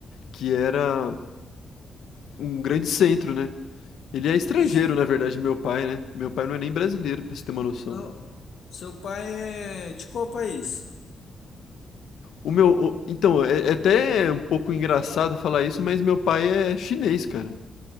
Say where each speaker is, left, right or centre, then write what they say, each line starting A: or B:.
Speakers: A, on the left; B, on the left.
A: Que era um grande centro, né? Ele é estrangeiro,
B: Sim.
A: na verdade, meu pai, né? Meu pai não é nem brasileiro, pra você ter uma noção.
B: Não. Seu pai é de qual país?
A: O meu, o- então, é é até um pouco engraçado falar isso, mas meu pai é chinês, cara.